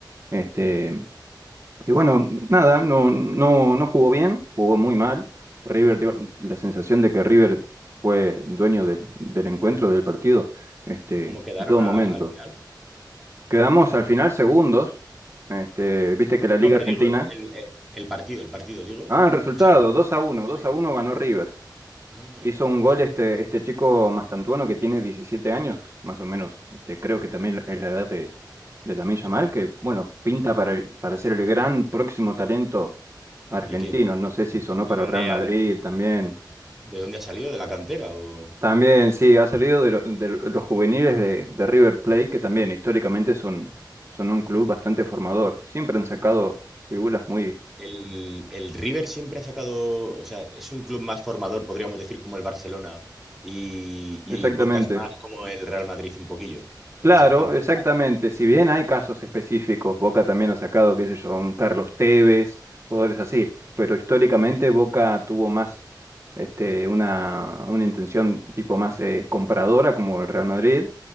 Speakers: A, on the right; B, in the centre.
A: Este,
B: ¿Mm?
A: y bueno, nada, no, no, no jugó bien, jugó muy mal. River dio la sensación de que River fue dueño del, del encuentro, del partido, este,
B: cómo quedaron
A: en todo momento.
B: a- al final?
A: Quedamos al final segundos. Este, viste que la Liga
B: No, pero
A: Argentina.
B: digo, el, eh, el partido, el partido, digo.
A: Ah, el resultado,
B: O sea, lo ganó.
A: dos a uno dos
B: Sí.
A: a uno ganó River.
B: Ah,
A: Hizo un
B: no
A: gol
B: sabía.
A: este, este chico Mastantuono que tiene 17 años, más o menos. Este, creo que también es la edad de, de Lamine Yamal, que bueno, pinta
B: Ah, mira.
A: para, el- para ser el gran próximo talento argentino.
B: ¿Y qué,
A: No sé si sonó
B: de
A: para
B: dónde
A: Real Madrid
B: ha,
A: también.
B: de dónde ha salido? ¿De la cantera? ¿O...?
A: También, sí, ha salido de, lo- de los juveniles de, de River Plate, que también históricamente son, son un club bastante formador. Siempre han sacado figuras muy...
B: El, el River siempre ha sacado, o sea, es un club más formador, podríamos decir, como el Barcelona, y, y
A: Exactamente.
B: Boca es más como el Real Madrid un poquillo,
A: Claro,
B: en ese aspecto.
A: exactamente. Si bien hay casos específicos, Boca también ha sacado, qué sé yo, un Carlos Tevez, jugadores así, pero históricamente
B: ¿Mm?
A: Boca tuvo más este, una, una intención tipo más eh, compradora como el Real Madrid